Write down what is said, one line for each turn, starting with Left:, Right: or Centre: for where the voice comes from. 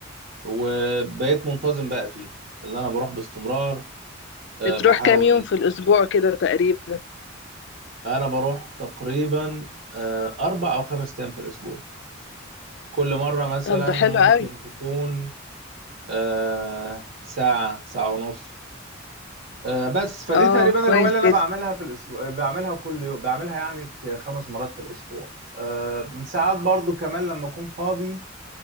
Right: وبقيت منتظم بقى فيها اللي انا بروح باستمرار آه،
Left: بتروح
Right: بحاول
Left: كام يوم في الاسبوع كده تقريبا
Right: انا بروح تقريبا آه، اربع او خمس ايام في الاسبوع كل مره مثلا
Left: طب ده
Right: ممكن
Left: حلو قوي
Right: تكون آه، ساعه ساعه ونص آه، بس فدي
Left: اه
Right: تقريبا
Left: كويس
Right: الهوايه اللي انا
Left: جدا
Right: بعملها في الاسبوع آه، بعملها كل يوم بعملها يعني ك- خمس مرات في الاسبوع آه، ساعات برضو كمان لما اكون فاضي